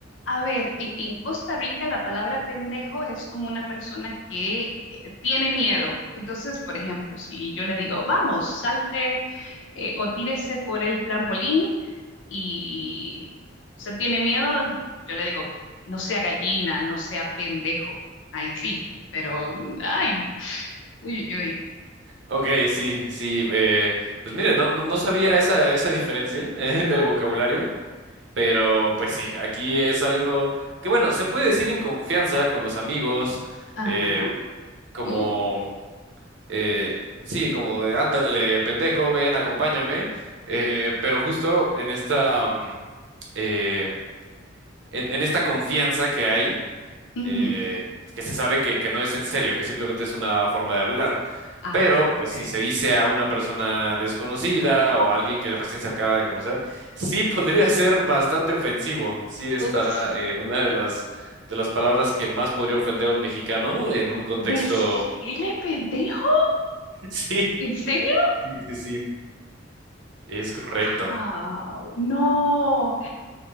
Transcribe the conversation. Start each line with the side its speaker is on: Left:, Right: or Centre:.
Left: A ver, en, en Costa Rica la palabra pendejo es como una persona que eh, tiene miedo. Entonces, por ejemplo, si yo le digo, vamos, salte eh, o tírese por el trampolín y
Right: Ujú.
Left: se tiene miedo, yo le digo, no sea gallina, no sea pendejo. Ahí sí,
Right: Ah,
Left: pero, mm, ay, uy, uy, uy.
Right: Ok, sí, sí, eh, pues mire, no, no, no sabía esa, esa diferencia <laughs> eh, del
Left: <laughs>
Right: vocabulario, pero pues sí, aquí es algo que bueno, se puede decir en confianza con los amigos,
Left: Ajá.
Right: eh, como,
Left: Uh,
Right: eh, sí, como de, ándale, pendejo, ven, acompáñame, eh, pero justo en esta, mm, eh, en, en esta confianza que hay.
Left: ujú.
Right: eh, que se sabe que, que no es en serio, que simplemente es una forma de hablar.
Left: Ah,
Right: Pero,
Left: ok.
Right: pues, si se dice a una persona desconocida o a alguien que recién se acaba de conocer, sí podría ser bastante ofensivo. Sí está
Left: Ups.
Right: en una de las, de las palabras que más podría ofender a un mexicano en un contexto.
Left: Decirle pendejo.
Right: <laughs> Sí,
Left: ¿En serio?
Right: sí, sí, sí. Es correcto.
Left: ¡Wow! No.